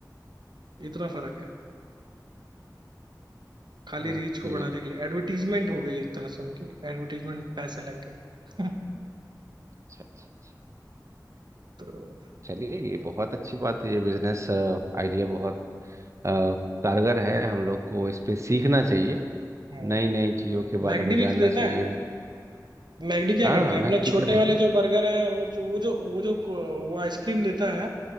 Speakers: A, on the right; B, on the right.
A: इतना फर्क है खाली
B: ओके
A: रीच को बढ़ाने के लिए एडवर्टीजमेंट हो गई एक तरह से उनकी एडवर्टीजमेंट पैसे लग गए <laughs>
B: अच्छा अच्छा अच्छा
A: तो
B: चलिए ये बहुत अच्छी बात है ये बिजनेस आइडिया बहुत अ, कारगर है हम लोग को इस पे सीखना चाहिए
A: हाँ।
B: नई नई चीजों के
A: मैकडी
B: बारे में
A: भी
B: जानना
A: तो देता
B: चाहिए
A: है मैकडी क्या
B: हाँ
A: करता है
B: मैक
A: अपने छोटे
B: टीका देखो
A: वाले जो बर्गर हैं और वो जो वो जो वो जो वो आइसक्रीम देता है